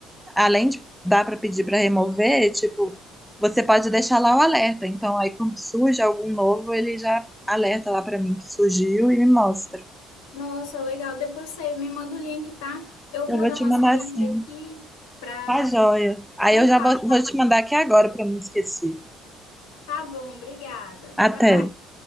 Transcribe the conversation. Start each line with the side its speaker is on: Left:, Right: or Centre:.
Centre: além de dar para pedir para remover, tipo, você pode deixar lá o alerta. Então, aí quando surge algum novo, ele já alerta lá para mim que surgiu e me mostra.
Left: Nossa, legal. Depois você me manda o link, tá? Eu
Centre: Eu
Left: vou
Centre: vou
Left: dar
Centre: te
Left: uma
Centre: mandar
Left: saída
Centre: sim.
Left: aqui para
Centre: Tá joia. Aí
Left: jantar.
Centre: eu já vou, vou te mandar aqui agora para não esquecer.
Left: Tá bom, obrigada.
Centre: Até.
Left: Até mais.